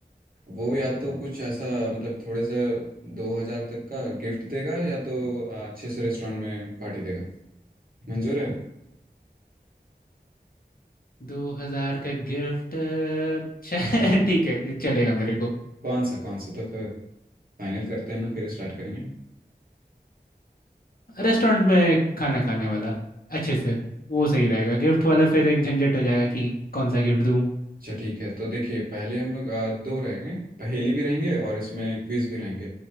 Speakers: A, on the right (about 60°); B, on the left (about 60°).
A: वो या तो कुछ ऐसा मतलब थोड़े से दो हजार तक का गिफ्ट देगा या तो आ, अच्छे से रेस्टोरेंट में पार्टी देगा मंजूर है
B: दो हजार का गिफ्ट <laughs> ठीक है ये चलेगा मेरे को
A: कौन सा कौन सा तो फिर फाइनल करते हैं ना फिर स्टार्ट करेंगे
B: रेस्टोरेंट में खाना खाने वाला अच्छे से वो सही रहेगा गिफ्ट वाला फिर एक झंझट हो जाएगा कि कौन सा गिफ्ट दूँ
A: अच्छा ठीक है तो देखिए पहले हम लोग अ, दो रहेंगे पहेली भी रहेंगे और इसमें क्विज भी रहेंगे